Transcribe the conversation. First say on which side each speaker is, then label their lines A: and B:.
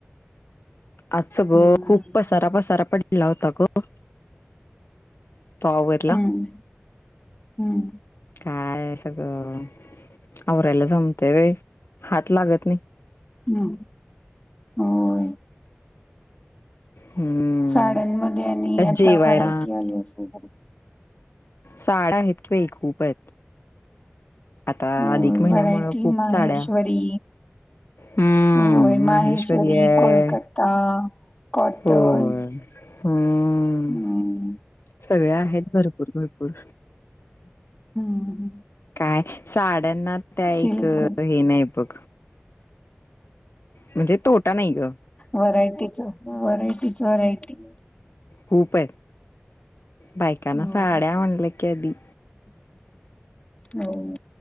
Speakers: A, on the left; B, on the left.
A: आजच बघ
B: हा,
A: खुप पसारा पसारा पळ ला होता गं. तो आवरला.
B: हम्म हम्म
A: काय सगळं आवरायला जमते होय. हात लागत नाही.
B: हम हो.
A: हम्म
B: साड्यांमध्ये आणि
A: त्यात
B: आता
A: जेवायला
B: व्हरायटी आली असेल.
A: साड्या आहेत की बाई. खूप आहेत. आता
B: अ
A: अधिक महिन्यामुळं
B: व्हरायटी
A: खूप
B: माहेश्वरी,
A: साड्या हम्म
B: होय. माहेश्वरी,
A: आहे
B: कोलकत्ता कॉटन.
A: होय. हम्म.
B: हम.
A: सगळे आहेत भरपूर भरपूर.
B: हम्म ह.
A: काय साड्यांना त्या एक
B: सिल्क
A: हे नाही बघ. म्हणजे तोटा नाही ग
B: व्हरायटीच व्हरायटी व्हरायटी.
A: खूप आहेत. बायकाना
B: होय.
A: साड्या म्हटलं की आधी.
B: हो